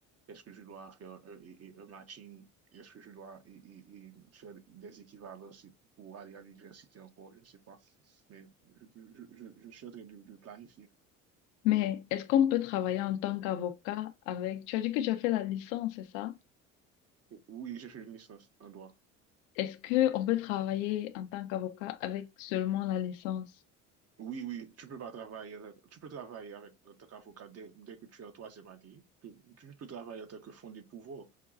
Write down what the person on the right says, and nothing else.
Est-ce que je dois faire un, et- et un matching? Est-ce que je dois et- et- et faire des équivalences et pour aller à l'université encore? Je ne sais pas. Mais je, je, je, je suis en train de, de planifier.
Oui, j'ai fait une licence en droit.
Oui, oui, tu peux pas travailler, avec- tu peux travailler avec, en tant qu'avocat dès, dès que tu es en troisième année. Tu, tu peux travailler en tant que fondé de pouvoir.